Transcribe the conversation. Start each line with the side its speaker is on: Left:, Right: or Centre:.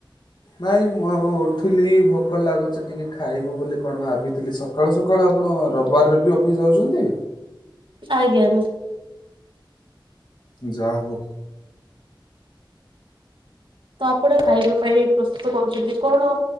Left: ନାଇଁ ମୁଁ ଉଠିଲି ଭୋକ ଲାଗୁଛି। ଟିକେ ଖାଇବି ବୋଲି କଣ ଭାବିଥିଲି, ସକାଳୁ ସକାଳୁ ଆପଣ ରବିବାରରେ ବି ଅଫିସ ଯାଉଛନ୍ତି?
Right: ଆଜ୍ଞା।
Left: ଯା, ହଉ।
Right: ତାପରେ ଖାଇବା ପାଇଁ ପ୍ରସ୍ତୁତ କରୁଛନ୍ତି କଣ?